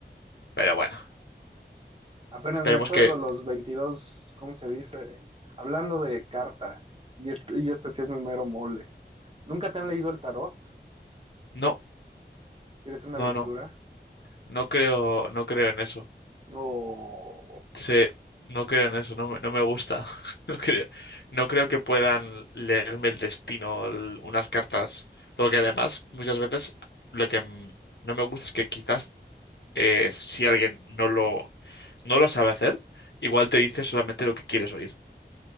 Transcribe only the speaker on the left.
Pero bueno,
esperemos
que...
No,
no,
no, no creo, no creo en eso.
Sí, no creo en eso, no, me- no me gusta. <laughs> No creo, no creo que puedan leerme el destino, el- unas cartas. Porque además, muchas veces, lo que mm, no me gusta es que quizás eh, si alguien no lo, no lo sabe hacer, igual te dice solamente lo que quieres oír.